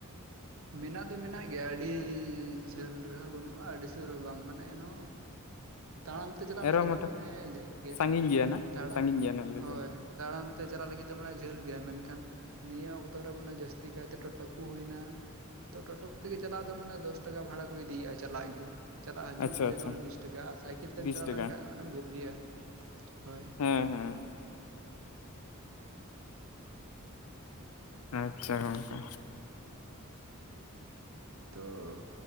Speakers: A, on the right (about 65°); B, on the left (about 85°).
A: ᱢᱮᱱᱟᱜ ᱫᱚ ᱢᱮᱱᱟᱜ ᱜᱮᱭᱟ ᱟᱹᱰᱤ ᱡᱷᱟᱹᱞ ᱨᱮᱸᱦᱚ ᱵᱟᱹᱱᱩᱜᱼᱟ ᱟᱹᱰᱤ ᱥᱩᱨ ᱨᱮᱸᱦᱚ ᱵᱟᱝ ᱢᱟᱱᱮ ᱮᱱᱦᱚᱸ ᱛᱟᱲᱟᱢ ᱛᱮ ᱪᱟᱞᱟᱜ
B: ᱮᱱᱨᱮᱦᱚᱸ
A: ᱞᱟᱹᱜᱤᱫ
B: ᱢᱚᱴᱟ
A: ᱫᱚ ᱢᱟᱱᱮᱻ ᱡᱷᱟᱹᱞ ᱜᱮᱭᱟ,
B: ᱥᱟᱺᱜᱤᱧ ᱱᱟᱜ
A: ᱛᱟᱲᱟᱢ
B: ᱥᱟᱺᱜᱤᱧ ᱜᱮᱭᱟ ᱱᱟᱜ ᱞᱟᱹᱭ
A: ᱦᱳᱭ᱾
B: ᱫᱚ᱾
A: ᱛᱟᱲᱟᱢ ᱛᱮ ᱪᱟᱞᱟᱜ ᱞᱟᱹᱜᱤᱫ ᱫᱚ ᱢᱟᱱᱮ ᱡᱷᱟᱹᱞ ᱜᱮᱭᱟ ᱢᱮᱱᱠᱷᱟᱱ ᱱᱤᱭᱟᱹ ᱚᱠᱛᱚ ᱨᱮ ᱢᱟᱱᱮ ᱡᱟᱹᱥᱛᱤ ᱠᱟᱭᱛᱮ ᱴᱳ ᱴᱳ ᱠᱚ ᱦᱩᱭᱱᱟ ᱴᱳᱴᱳ ᱠᱚ ᱛᱮᱜᱮ ᱪᱟᱞᱟᱜ ᱫᱚ ᱢᱟᱱᱮ ᱫᱚᱥ ᱴᱟᱠᱟ ᱵᱷᱟᱲᱟ ᱠᱚ ᱤᱫᱤᱭᱮᱫᱼᱟ ᱪᱟᱞᱟᱜ ᱜᱮ᱾ ᱪᱟᱞᱟᱜ ᱦᱤᱡᱩᱜ
B: ᱟᱪᱪᱷᱟ
A: ᱵᱩᱡᱷᱟᱹᱣ
B: ᱟᱪᱪᱷᱟ
A: ᱠᱟᱜ ᱢᱮ ᱵᱤᱥ ᱴᱟᱠᱟ ᱟᱨ ᱥᱟᱭᱠᱮᱞ ᱛᱮᱢ
B: ᱵᱤᱥ
A: ᱪᱟᱞᱟᱣ
B: ᱴᱟᱠᱟ
A: ᱞᱮᱱᱠᱷᱟᱱ ᱚᱱᱟ ᱵᱩᱜᱤᱭᱟ ᱦᱳᱭ᱾
B: ᱦᱩᱸ ᱦᱩᱸ᱾ ᱟᱪᱪᱷᱟ ᱜᱚᱢᱠᱮ᱾
A: ᱛᱚᱻ